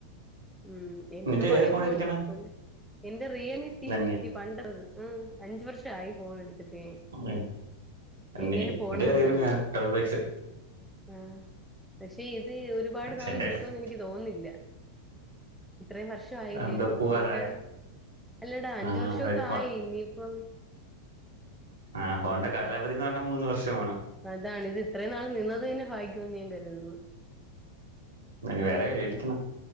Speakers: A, in the centre; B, on the right.
A: ഉം എന്റത്
B: നിന്റെ
A: പഴയ
B: ഏത് ഫോൺ
A: ഫോണാ
B: ഇരിക്കണ
A: അപ്പം എന്റെ റിയൽമി സി
B: നന്നി
A: ഫിഫ്റ്റി പണ്ടറത് ഉം അഞ്ചു വർഷ ആയി ഫോൺ എടുത്തിട്ടേ.
B: ഉം, നന്നി
A: എങ്ങനെ പോണാ
B: എന്റെ
A: എന്തോ
B: റിയൽമി
A: മുന്നോട്ട്
B: ആണ് ഡബിൾ എക്സ്
A: ആഹ് പക്ഷെ ഇത് ഒരുപാട്
B: പക്ഷെ
A: നാള്
B: എന്റെ
A: നിക്കുമന്ന്
B: അടുത്ത്
A: എനിക്ക് തോന്നില്ല. ഇത്രയും വർഷ ആയില്ലേ
B: എന്താ
A: ഒരു ഫോണിന്റെത്.
B: പൂവാറായ
A: അല്ലടാ അഞ്ച്
B: ആ
A: വർഷമൊക്കെ
B: ഒരു
A: ആയി ഇനിയിപ്പം
B: ആഹ്
A: കാലാവധി
B: ഫോൺണ്ടെ കാലാവധീന്നർഞ്ഞാൽ മൂന്ന് വർഷമാണ്.
A: അതാണ് ഇത് ഇത്രയും നാളും നിന്നത് തന്നെ ഭാഗ്യോന്നു ഞാൻ കരുതുന്നു.
B: നന്നി
A: അല്ലാതെന്തു
B: വേറെ മേടിക്കണം
A: പറയാൻ